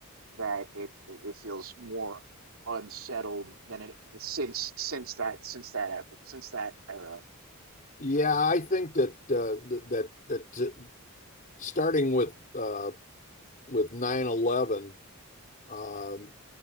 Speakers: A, on the right; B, on the left.
A: that it it feels more unsettled than it since since that since that epoch, since that era.
B: Yeah, I think that uh, that that, that uh, starting with uh, with nine eleven, 11